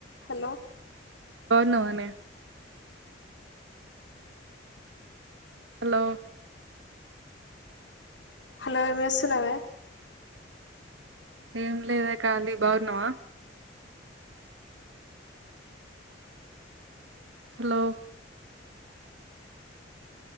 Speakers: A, on the left; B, on the right.
A: hello
B: బాగున్నావానే hello
A: hello ఎమ్ చేస్తున్నావే
B: ఏం లేదే ఖాళి బాగున్నావా హలో